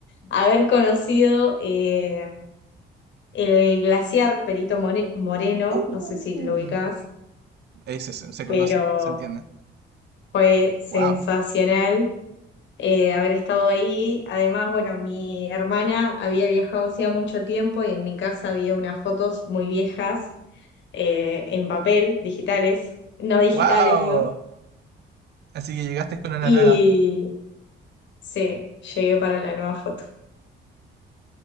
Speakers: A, on the left; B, on the right.
A: Haber conocido eh, el glaciar Perito More- Moreno,
B: Uh,
A: no sé si lo ubicás,
B: ese se, se
A: pero...
B: conoce, se entiende.
A: Fue sensacional
B: Wow.
A: eh, haber estado ahí. Además, bueno, mi hermana había viajado hacía mucho tiempo y en mi casa había unas fotos muy viejas eh, en papel, digitales, no digitales,
B: Wow.
A: digo.
B: Así que llegaste con una
A: Y
B: nueva.
A: sí, llegué para la nueva foto.